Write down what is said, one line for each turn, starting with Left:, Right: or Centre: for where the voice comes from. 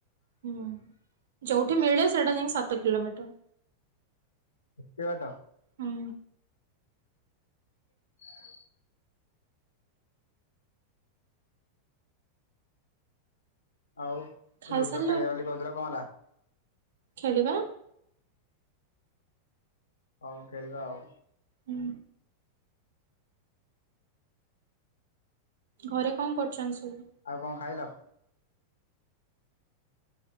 Right: ହୁଁ ଯୋଉଠି ମିଳେ ସେଟା ଯାଇ ସାତ କିଲୋମିଟର।
Left: ଏତେ ବାଟ।
Right: ହୁଁ।
Left: ହ <unintelligible> ଆଉ
Right: ଖାଇସାରିଲଣି
Left: ଲୁଡୋ ଖେଳିବା ବୋଲି କହୁଥିଲ କଣ ହେଲା?
Right: ଖେଳିବା।
Left: ହଉ ଖେଳିବା ଆଉ।
Right: ହୁଁ। ଘରେ କଣ କରୁଛନ୍ତି ସବୁ?
Left: ଆଉ କଣ ଖାଇଲ?